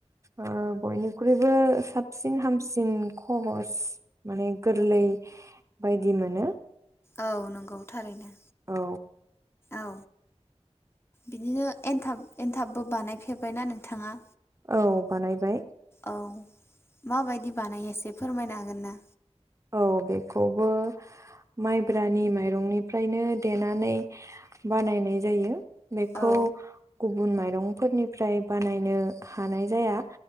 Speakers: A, on the right; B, on the left.
A: ओ बयनिख्रुइबो साबसिन हामसिन खहस माने गोरलै बायदि मोनो।
B: औ नंगौ थारैनो।
A: औ
B: औ बिदिनो एनथाब एनथाबबो बानायफेरबायना नोंथाङा?
A: औ बानायबाय।
B: औ माबायदि बानायो एसे फोरमायनो हागोन ना?
A: औ बेखौबो माइब्रानि माइरंनिफ्रायनो देनानै बानायनाय जायो। बेखौ
B: औ
A: गुबुन माइ माइरंफोरनिफ्राय बानायनो हानाय जाया।